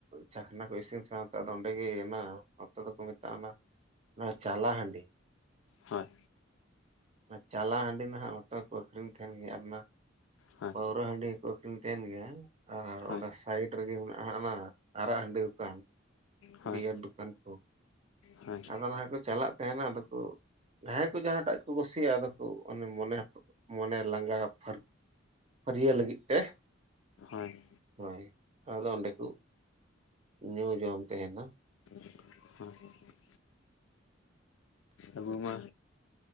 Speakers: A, on the right; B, on the left.
A: ᱪᱟᱠᱷᱱᱟ ᱠᱚ ᱤᱥᱤᱱ ᱥᱟᱶᱛᱮ ᱟᱫᱚ ᱚᱸᱰᱮ ᱜᱮ ᱦᱮᱱᱟᱜ-ᱟ ᱱᱚᱛᱮ ᱫᱚᱠᱚ ᱢᱮᱛᱟᱜᱼᱟ ᱚᱱᱟ ᱪᱟᱞᱟ ᱦᱟᱸᱹᱰᱤ
B: ᱦᱳᱭ
A: ᱪᱟᱞᱟ ᱦᱟᱺᱰᱤ ᱱᱟᱦᱟᱜ ᱱᱚᱛᱮ ᱠᱚ ᱟᱹᱠᱷᱨᱤᱧ ᱛᱟᱦᱮᱸᱱ ᱜᱮᱭᱟ ᱟᱨ ᱚᱱᱟ
B: ᱦᱳᱭ
A: ᱯᱟᱹᱣᱨᱟᱹ ᱦᱟᱹᱸᱰᱤᱦᱚᱸ ᱠᱚ ᱟᱹᱠᱷᱨᱤᱧ ᱛᱟᱦᱮᱸᱱ ᱜᱮᱭᱟ ᱟ
B: ᱦᱳᱭ
A: ᱚᱸᱰᱮ ᱥᱟᱭᱤᱰ ᱨᱮᱜᱮ ᱢᱮᱱᱟᱜᱼᱟ ᱦᱟᱸᱜ ᱚᱱᱟ ᱟᱨᱟᱜ ᱦᱟᱺᱰᱤ ᱚᱠᱟᱱ ᱾
B: ᱦᱳᱭ
A: ᱵᱤᱭᱟᱨ ᱫᱩᱠᱟᱱ ᱠᱚ ᱾
B: ᱦᱳᱭ
A: ᱟᱭᱢᱟ ᱞᱟᱦᱟ ᱠᱩ ᱪᱟᱞᱟᱜ ᱛᱟᱦᱮᱸᱱᱟ ᱟᱫᱚ ᱠᱩ ᱡᱟᱦᱟᱸᱭ ᱠᱚ ᱡᱟᱦᱟᱸ ᱴᱟᱜ ᱠᱚ ᱠᱩᱥᱤᱭᱟᱜᱼᱟ ᱟᱫᱚ ᱠᱚ ᱢᱚᱱᱮ ᱢᱚᱱᱮ ᱞᱟᱸᱜᱟ ᱯᱷᱟᱨ ᱯᱷᱟᱹᱨᱭᱟᱹ ᱞᱟᱹᱜᱤᱫ ᱛᱮ ᱾
B: ᱦᱚᱸ ᱾
A: ᱦᱳᱭ, ᱟᱫᱚ ᱚᱸᱰᱮ ᱠᱩᱡ ᱧᱩ ᱡᱚᱢ ᱛᱮᱦᱮᱱᱟ ᱾
B: ᱦᱮᱸ ᱾ ᱟᱹᱵᱩ ᱢᱟ